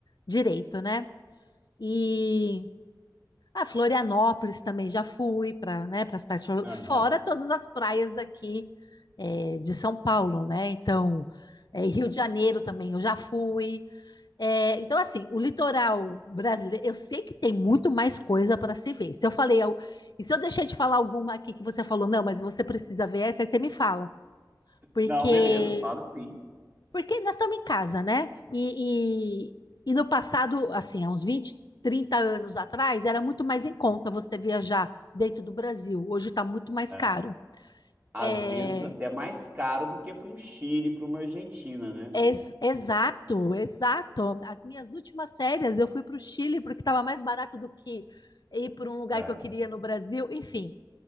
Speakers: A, on the left; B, on the right.
A: direito, né? E a Florianópolis também já fui para, né, para as praias, fora
B: Aham.
A: fora todas as praias aqui é, de São Paulo, né? Então, é, Rio de Janeiro também eu já fui. É, então, assim, o litoral brasileiro, eu sei que tem muito mais coisa para se ver. Se eu falei, al- e se eu deixei de falar alguma aqui que você falou, não, mas você precisa ver essa, aí você me fala. Porque,
B: Não, beleza, falo sim.
A: porque nós estamos em casa, né? E, e, e no passado, assim, há uns 20 30 anos atrás, era muito mais em conta você viajar dentro do Brasil. Hoje está muito mais
B: É,
A: caro.
B: às
A: É,
B: vezes até mais caro do que para um Chile, para uma Argentina, né?
A: Ex- exato, exato. As minhas últimas férias eu fui para o Chile porque estava mais barato do que ir para um lugar
B: É,
A: que eu queria no Brasil, enfim.